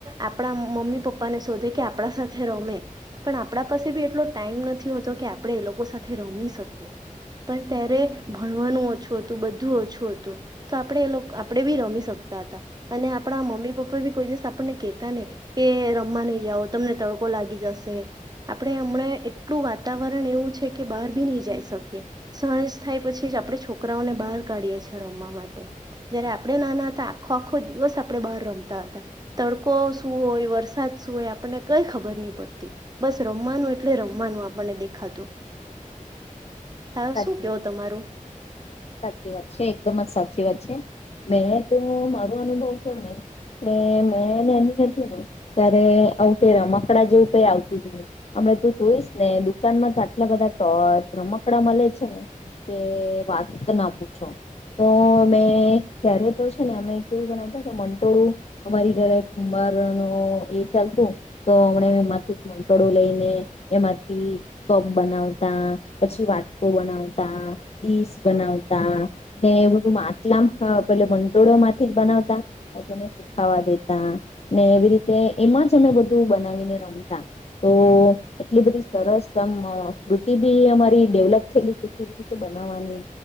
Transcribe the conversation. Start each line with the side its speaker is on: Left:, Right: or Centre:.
Right: આપણા મમ્મી પપ્પાને શોધે કે આપણા સાથે રમે, પણ આપણા પાસે બી એટલો ટાઈમ નથી હોતો કે આપણે એ લોકો સાથે રમી શકીએ, પણ ત્યારે ભણવાનું ઓછું હતું બધું ઓછું હતું, તો આપણે એ લોકો આપણે બી રમી શકીએ. આપણા મમ્મી પપ્પા બી કોઈ દિવસ આપણને કેતા નહી, કે રમવા નહી જાઓ. તમને તડકો લાગી જશે, આપણે હમણાં એટલું વાતાવરણ એવું છે કે બહાર ભી નહી જઈ શકીએ, સહજ થાય પછી જ આપણે છોકરાઓને બહાર કાઢીએ છેએ રમવા માટે, જયારે આપણે નાના હતા. ખો આખો દિવસ આપણે બહાર રમતા હતા, તડકો શું હોય વરસાદ શું હોય આપણને કઈ ખબર નહી પડતી, બસ રમવાનું એટલે રમવાનું આપણને દેખાતું. હ
Left: સાચી
Right: શું કેવો
Left: વાત,
Right: તમારું
Left: સાચી વાત છે એકદમ જ સાચી વાત. મેં ત મારો અનુભવ કેયોને, કે મેંને એની હતી ને, ત્યારે આવું તે રમકડા જેવું કઈ આવતું જ નહી, હમ તું જોઈસ ને દુકાનમાં તો આટલા બધા ટોચ રમક કડા મળે છે ને, કે વાત ના પૂછો, તો અમે ત્યારે તો છે ને અમે કેવું બનાવતા કે મંટોળું, અમારી ઘરે કુંભર ન એ ચાલતું તો હમણા એમાંથી મંટોળું લઈને, એમાંથી કપ બનાવતા. પછી વાટકો બનાવતા, ડીશ બનાવતા, ને એ બધું માટલામ પે મંટોળો માંથી જ બનાવતા, પછી એને સુખાવા દેતા, ને એવી રીતે એમાં જ અમે બધું બનાવીને રમતા, તો એટલી બધી સરસ કૃતિ બી અમા ડેવલપ થવી રીતે બનાવવાની,